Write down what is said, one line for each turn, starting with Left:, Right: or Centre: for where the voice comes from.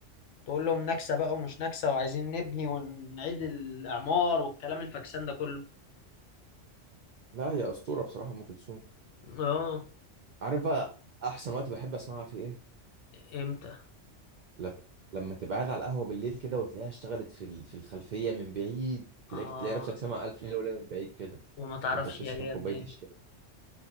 Left: تقول لهم نكسة بقى ومش نكسة وعايزين نبني ونعيد الإعمار والكلام الفاكسان ده كله
Right: لا يا اسطوره بصراحه ام كلثوم
Left: اه
Right: عارف بقى احسن وقت بحب اسمعها في ايه
Left: امتى
Right: لما لما تبقى قاعد على القهوة بالليل كده وتلاقيها اشتغلت في ال- في الخلفية من بعيد تلاقي
Left: اه
Right: تلاقي نفسك سامع ألف ليلة وليلة من بعيد كده
Left: وما تعرفش
Right: وأنت بتشرب
Left: يا جايه
Right: كوباية
Left: منين
Right: الشاي